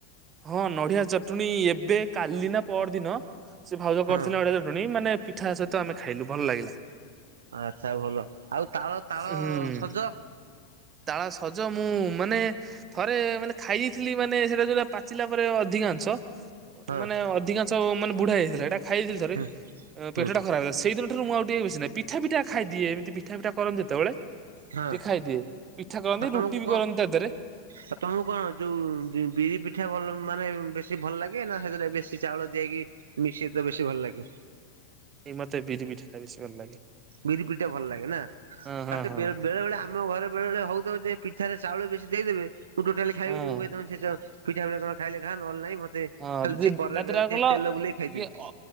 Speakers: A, on the right; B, on the right.
A: ହଁ ନଡ଼ିଆ ଚଟଣୀ ଏବେ କାଲି ନା ପର ଦିନ ସେ ଭାଉଜ
B: ହଁ
A: କରିଥିଲେ ନଡ଼ିଆ ଚଟଣୀ ମାନେ ପିଠା ସହିତ ଆମେ ଖାଇଲୁ ଭଲ ଲାଗିଲା।
B: ଆଛା ଭଲ ଆଉ ତାଳ ତାଳ
A: ହୁଁ।
B: ସଜ?
A: ତାଳ ସଜ ମୁଁ ମାନେ ଥରେ ମାନେ ଖାଇଦେଇଥିଲି ମାନେ ସେଟା ଯୋଉଟା ପାଚିଲା ପରେ ଅଧିକାଂଶ।
B: ହଁ
A: ମାନେ ଅଧିକାଂଶ ମାନେ ବୁଢ଼ା ହେଇଯାଇଥିଲା ହେଇଟା ଖାଇଦେଇଥିଲି ଥରେ
B: ହୁଁ ହୁଁ
A: ପେଟ ଟା ଖରାପ ହେଇଥିଲା ସେଇଦିନ ମୁଁ ଆଉ ଟିକେ ବସି ନା ପିଠା ପିଠା ଖାଇଦିଏ ଏମିତି ପିଠା କରନ୍ତି ଯେତେବେଳେ
B: ହଁ
A: ଟିକେ ଖାଇଦିଏ। ପିଠା କରନ୍ତି
B: ଆଉ ତମକୁ
A: ରୁଟି ବି
B: କଣ?
A: କରନ୍ତି ତା ଦେହରେ
B: ଆଉ ତମକୁ କଣ ଯୋଉ ବିରି ପିଠା ଭଲ ମାନେ ବେଶୀ ଭଲ ଲାଗେ ନା ସେଥିଟା ବେଶୀ ଚାଉଳ ଯିଆକି ମିଶେଇ ଦବ ସେ ଭଲ ଲାଗିବ।
A: ଏ ମତେ ବିରିି ପିଠାଟା ବେଶୀ ଭଲ ଲାଗେ।
B: ବିରି ପିଠା ଭଲ ଲାଗେ ନା
A: ହଁ ହଁ
B: ଆତ
A: ହଁ।
B: ବେଳେ ବେଳେ ଆମ ଘରେ ବେଳେ ବଳେ ହଉ ପିଠାରେ ଚାଉଳ ବେଶୀ ଦେଇଦେବେ ମୁଁ ଟୋଟାଲି ଖାଇବିନି
A: ହଁ
B: ମୁଁ କହିବି ତମେ ସେ ଚ ପିଠା <unintelligible> ଖାଇଲେ ଖା ନହଲେ ନାଇଁ ମତେ
A: ହଁ
B: ଖାଲି ସେ କରରେ
A: ତା ଦେହରେ ଏୟାକଲ
B: ତେଲ ବୁଲେଇ
A: ଟିକେ
B: ଖାଇଦେବି।